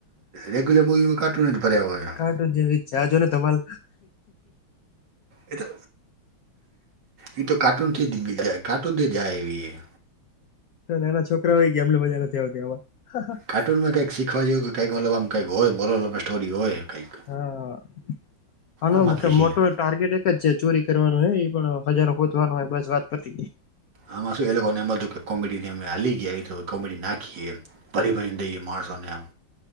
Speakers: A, on the right; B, on the left.
A: રેગ્યલર મૂવીમાં કાર્ટૂન જ ભરિયા હોયા આમ
B: કાર્ટૂન જેવી છે આ જોન ધમાલ
A: એ તો એ તો કાર્ટૂન થી જાય કાર્ટૂન થી જાય એવી એ
B: નાના છોકરા હોય ગયા એમલી મજા નથી આવતી આમાં
A: કાર્ટૂનમાં કંઈકી શીખવા જેવું કે કઈક ઓલા આમ કંઈ હોય મોરલ ઓફ થૅ સ્ટોરી હોય. કંઈક
B: હા, અને
A: આમાં તો છીએ
B: મોટું જ. ટાર્ગેટ એક જ છે ચોરી કરવાનું હ એ પણ ખજારો હોધવાનું હોય બસ વાત પછી.
A: આમાં શું એ લોકોને એમ હતું કે કોમેડીને અમે હલી ગયા તો કોમેડી નાખીએ એમ. <unintelligible> આમ